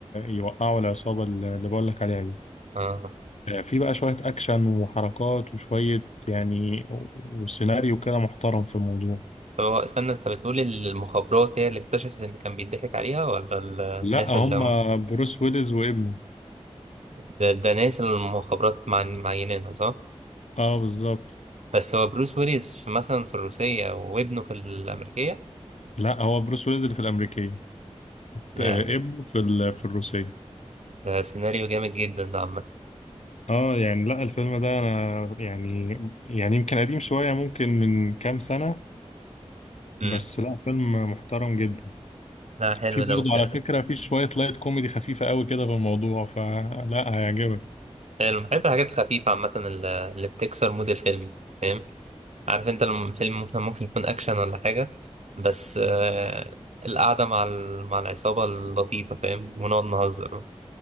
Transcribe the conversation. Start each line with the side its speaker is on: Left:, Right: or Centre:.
Left: يوقعوا العصابة اللي بقولك عليها دي
Right: اه
Left: آه، في بقى شوية أكشن وحركات وشوية يعني و- وسيناريو كده محترم في الموضوع
Right: طب هو استنى انت بتقول المخابرات هي اللي اكتشفت ان كان بيضحك عليها ولا ال- الناس
Left: لا هم
Right: اللي هم
Left: بروس ويلز وابنه
Right: ده, ده ناس اللي المخابرات مع- معينينها صح
Left: اه بالظبط
Right: بس هو بروس ويلز في مثلا في الروسية وابنه في الأمريكية
Left: لا هو بروس ويلز اللي في الامريكيه آه،
Right: ده,
Left: ابنه في ال- في الروسيه
Right: ده سيناريو جامد جدا ده عامة
Left: اه يعني لا الفيلم ده انا يعني يعني يمكن قديم شويه ممكن من كام سنه
Right: مم.
Left: بس لا فيلم محترم جدا
Right: لا حلو
Left: في برضه
Right: ده ممكن
Left: على
Right: أشوف
Left: فكره في شويه لايت كوميدي خفيفه قوي كده في الموضوع فلا هيعجبك
Right: حلو بحب الحاجات الخفيفة عامة اللي اللي بتكسر مود الفيلم فاهم عارف انت لما فيلم مثلا ممكن يكون اكشن ولا حاجه بس آه القعده مع ال... مع العصابه اللطيفه فاهم ونقعد نهزر